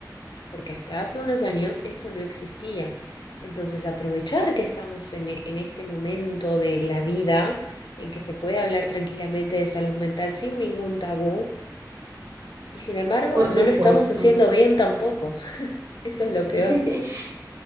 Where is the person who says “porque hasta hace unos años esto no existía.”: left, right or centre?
Left